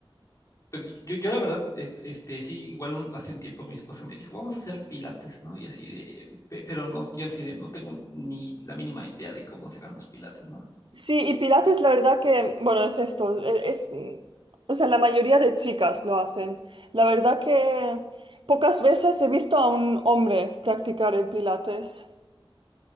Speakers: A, on the left (about 35°); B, on the right (about 60°).
A: Pues yo, yo la verdad, es- este, sí, igual un- hace un tiempo mi esposa me dijo, vamos a hacer pilates, ¿no? Y así de, pe- pero no, yo así de, no tengo ni la mínima idea de cómo se hagan los pilates, ¿no?
B: Sí, y Pilates la verdad que, bueno, es esto, e- es, mm, o sea, la mayoría de chicas lo hacen. La verdad que pocas veces he visto a un hombre practicar el Pilates.